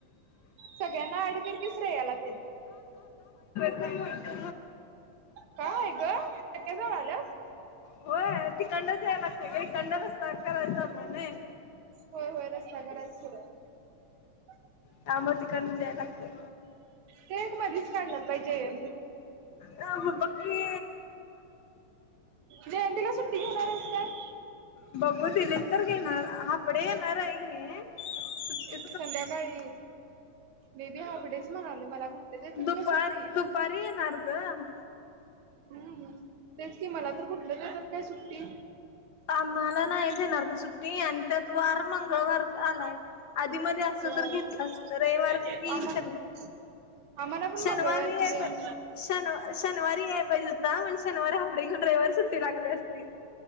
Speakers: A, on the right; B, on the left.
A: सगळ्यांना ऍड कर की श्रेया ला तेन.
B: <unintelligible> ऐकत,
A: काय ग आत्या जवळ आल्यास
B: होय तिकडनंच यायला लागतय ग. तिकडन रस्ता करायला चालू हाय नाही.
A: होय होय रस्ता करायचं सुरू हाय.
B: त्यामुळ तिकडनच यायला लागतय.
A: ते एक मधीच काढल्यात बाई जयंती.
B: ये ममे बघ की.
A: जयंतीला सुट्टी घेणार आहेस काय?
B: बघू दिली तर घेणार हापडे येणार आहे घे सुट्टी
A: संध्याकाळी मी बी हाफडेच म्हणालोय मला देत्यात कसं
B: दुपार
A: काय सुट्टी.
B: दुपारी येणार ग.
A: हम्म तेच कि मला तर कुठल्या देतात काय सुट्टी.
B: आम्हाला नाही देणारग सुट्टी आणि त्यात वार मंगळवारच आलाय. आधी मध्ये असतं
A: होय
B: तर घेतलं असतं रविवार येईल की नाही.
A: <inaudible>
B: शनिवारी
A: मंगळवारची
B: याय
A: तेन
B: पायजे. शनव शनिवारी याय पाहिजे होता, मग शनिवारी हापडे घेऊन रविवारी सुट्टी टाकली असती.